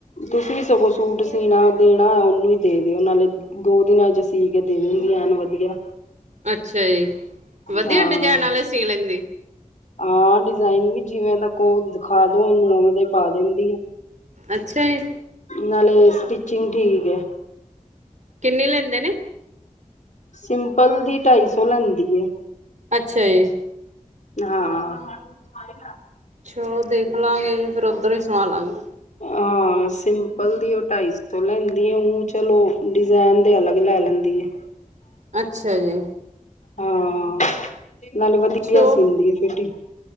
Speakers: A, on the left; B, on the right.
A: ਤੁਸੀਂ ਵੀ ਸਗੋਂ ਸੂਟ ਸੀਣਾ ਦੇਣਾ ਹੋਯਾ ਓਨੂੰ ਹੀ ਦੇ ਦਿਓ ਨਾਲੇ ਦੋ ਦਿਨਾਂ 'ਚ ਸੀ ਦੇ ਦੇ ਦੇਂਦੀਆਂ ਐਨ ਵਧੀਆ।
B: ਅੱਛਾ ਜੀ! ਵਧੀਆ
A: ਹਾਂ।
B: ਡਿਜ਼ਾਇਨ ਵਾਲੇ ਸੀ ਲੈਂਦੇ?
A: ਹਾਂ ਡਿਜ਼ਾਇਨ ਵੀ ਜਿਵੇਂ ਦਾ ਕੋ ਓਦਾਂ। ਖਾਦੋ ਓਨੂੰ ਉਵੇਂ ਦਾ ਈ ਪਾ ਦਿੰਦੀ ਏ।
B: ਅੱਛਾ ਜੀ
A: ਨਾਲੇ ਸਟਿਚਿੰਗ ਠੀਕ ਏ।
B: ਕਿੰਨੇ ਲੈਂਦੇ ਨੇ?
A: ਸਿੰਪਲ ਦੀ ਢਾਈ ਸੌ ਲੈਂਦੀ ਏ।
B: ਅੱਛਾ ਜੀ।
A: ਹਾਂ। <inaudible>
B: ਚਲੋ ਦੇਖ ਲਾਂਗੇ ਜੇ ਫੇਰ ਉੱਧਰੋਂ ਹੀ ਸਵਾ ਲਾਂਗੇ।
A: ਹਾਂ। ਹਾਂ ਸਿੰਪਲ ਦੀ ਓ ਢਾਈ ਸੌ ਲੈਂਦੀ ਏ, ਉਂ ਚਲੋ ਡਿਜ਼ਾਇਨ ਦੇ ਅਲੱਗ ਲੈ ਲੈਂਦੀ ਏ।
B: ਹ <unintelligible> ਅੱਛਾ ਜੀ।
A: ਹਾਂ! ਨਾਲੇ ਵਧੀਆ
B: ਅੱਛਾ।
A: ਸਿੰਦੀ ਏ ਫਿਟਿੰਗ।